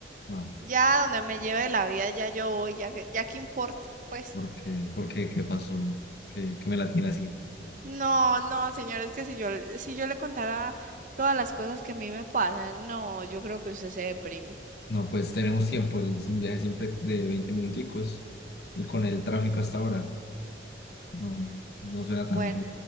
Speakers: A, on the left; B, on the right.
A: Ah,
B: ya donde me lleve la vida, ya yo voy, ya, que- ya qué importa, pues.
A: ¿por qué? ¿Por qué? ¿Qué pasó? ¿Qué, qué me la tiene así?
B: No, no, señor, es que si yo, si yo le contara todas las cosas que a mí me pasan, no, yo creo que usted se deprime.
A: No, pues tenemos tiempo. Es un viaje siempre de 20 minuticos. Y con el tráfico hasta ahora, no, no suena tan
B: Bueno,
A: mal,